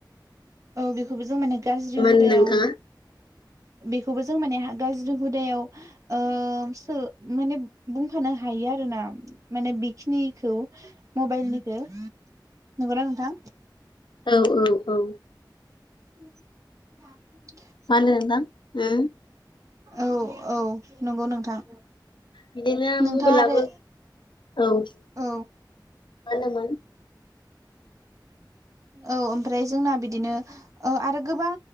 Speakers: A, on the right (about 45°); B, on the left (about 80°).
A: औ बेखौबो जों माने गाज्रि
B: मा होनो
A: हुदायाव
B: नोंथाङा
A: बेखौबो जों माने गाज्रि हुदायाव ओ सो माने बुंफानो हायो आरो ना माने बिखिनिखौ मबाइलनिखो नोंगोना नोंथां?
B: औ औ औ
A: <inaudible>
B: मानो नोंथां <unintelligible>
A: औ औ नंगौ नोंथां।
B: बिदिनो
A: नोंथाङा
B: मबेलाबो
A: आरो
B: औ मा
A: औ
B: होनोमोन
A: औ ओमफ्राय जोंना बिद दिनो ओ आरो गोबां